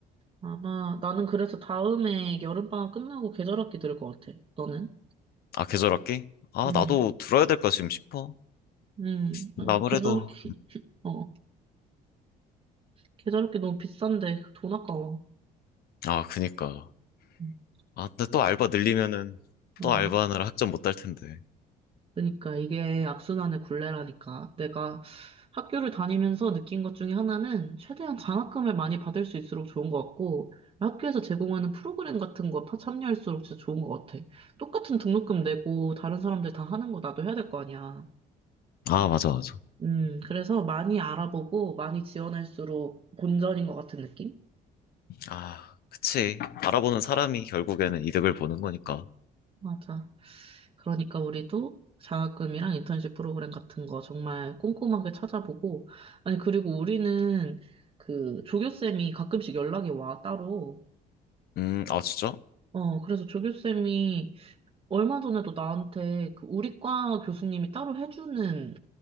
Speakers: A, on the right; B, on the left.
A: 아마, 나는 그래서 다음에 여름방학 끝나고 계절학기 들을 것 같아. 너는?
B: 아, 계절 학기? 아,
A: 음,
B: 나도 들어야 될까 지금 싶어.
A: 음,
B: 근데
A: 아,
B: 아무래도.
A: 계절기, 어, 계절기 너무 비싼데 돈 아까워.
B: 아, 그니까.
A: 음,
B: 아, 근데 또 알바 늘리면은
A: 어,
B: 또 알바하느라 학점 못 딸 텐데.
A: 그러니까 이게 악순환의 굴레라니까. 내가 학교를 다니면서 느낀 것 중에 하나는 최대한 장학금을 많이 받을 수 있을수록 좋은 것 같고, 학교에서 제공하는 프로그램 같은 거 파- 참여할수록 진짜 좋은 것 같아. 똑같은 등록금 내고 다른 사람들 다 하는 거 나도 해야 될 거 아니야.
B: 아, 맞아, 맞아.
A: 음, 그래서 많이 알아보고 많이 지원할수록 본전인 것 같은 느낌?
B: 아, 그치. 바라보는 사람이 결국에는 이득을 보는 거니까.
A: 맞아. 그러니까 우리도 장학금이랑 인턴십 프로그램 같은 거 정말 꼼꼼하게 찾아보고, 아니, 그리고 우리는 그 조교쌤이 가끔씩 연락이 와, 따로.
B: 음, 아, 진짜?
A: 어, 그래서 조교쌤이 얼마 전에도 나한테 그 우리 과 교수님이 따로 해주는